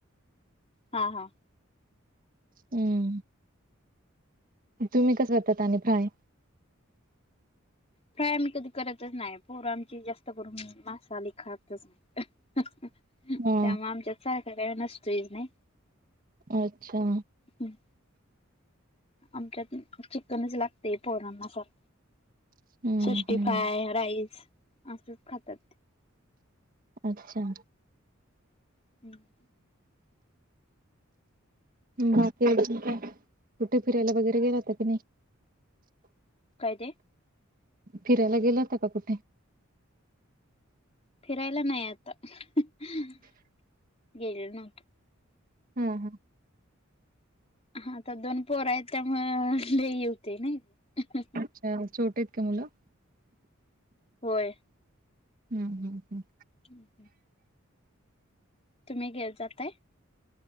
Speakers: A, on the left; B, on the right.
A: हा हा.
B: हूम्म. तुम्ही कसं होतात आणि फ्राय?
A: फ्राय आम्ही कधी करतच नाय पोर आमची जास्त करून मासा लय खातच नाय. त्यामुळ
B: हा
A: आमच्यात सारखं काय नसतोच नाय.
B: अच्छा.
A: हम्म. आमच्यात चिकनच लागतंय पोरांना सार
B: हम्म
A: शिष्टी
B: हम्म
A: फाय, राईस असच खातात.
B: अच्छा.
A: <inaudible>
B: बाकी अजून काय? कुठे फीरायला वगैरे गेला होता की नाही? <inaudible>
A: काय ते
B: फिरायला गेला होता का कुठे?
A: फीरायला नाही आता ह ह, गेलेलो
B: हा हा
A: हा, तर दोन पोर आहेत त्यामुळ लय होते न ई
B: अच्छा! छोटी आहेत का मुलं?
A: होय
B: हुम् हुम
A: हुम् हुम तुम्ही गेलता काय?